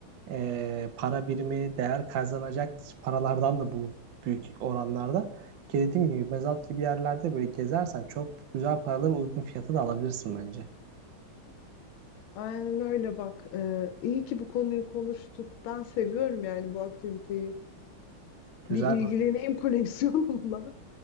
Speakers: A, on the right; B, on the left.
A: e, para birimi değer kazanacak paralardan da bu büyük oranlarda. Ki dediğim gibi mezat gibi yerlerde böyle gezersen çok güzel paraları uygun fiyatı da alabilirsin bence.
B: Aynen öyle bak. E, iyi ki bu konuyu konuştuk. Ben seviyorum yani bu aktiviteyi.
A: Güzel
B: Bir ilgileneyim
A: bak.
B: <laughs> koleksiyonumla.